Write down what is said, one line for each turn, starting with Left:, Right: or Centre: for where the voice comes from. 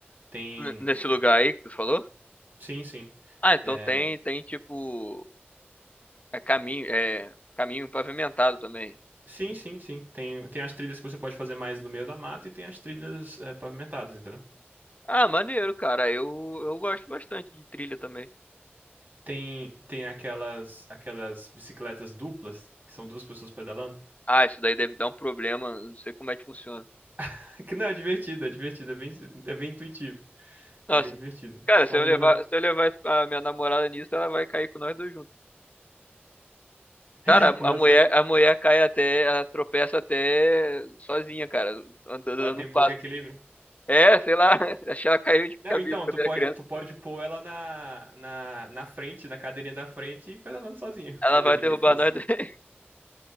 Right: Tem.
Left: N- nesse
Right: a-
Left: lugar aí que tu falou?
Right: Sim, sim.
Left: Ah, então
Right: É,
Left: tem, tem tipo, é caminho, é caminho pavimentado também.
Right: Sim, sim, sim. Tem, tem as trilhas que você pode fazer mais no meio da mata e tem as trilhas é, pavimentadas, entendeu?
Left: Ah, maneiro, cara, eu, eu gosto bastante de trilha também.
Right: Tem, tem aquelas, aquelas bicicletas duplas, que são duas pessoas pedalando.
Left: Ah, isso daí deve dar um problema. Não sei como é que funciona.
Right: <laughs> Que não, é divertido, é divertido, é bem, é bem intuitivo. É
Left: Nossa,
Right: bem divertido.
Left: cara, se
Right: O aluguel
Left: eu levar,
Right: não...
Left: se eu levar a minha namorada nisso, ela vai cair com nós dois juntos.
Right: <laughs>
Left: Cara, a
Right: Nossa,
Left: a mulher, a mulher cai até, ela tropeça até sozinha, cara, andando
Right: ela
Left: dando
Right: tem
Left: um passo.
Right: pouco equilíbrio.
Left: É, sei lá, <laughs> acho que ela caiu de
Right: Não,
Left: cabeça
Right: então,
Left: quando
Right: tu pode,
Left: era criança.
Right: tu pode pôr ela na, na, na frente, na cadeirinha da frente e pedalando sozinho.
Left: Ela
Right: Mas
Left: vai
Right: aí tem
Left: derrubar
Right: que ter força.
Left: nós dois. <laughs>